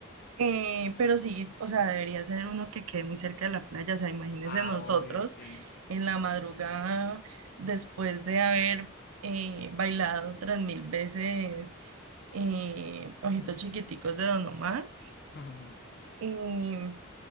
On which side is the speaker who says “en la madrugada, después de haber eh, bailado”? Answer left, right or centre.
Right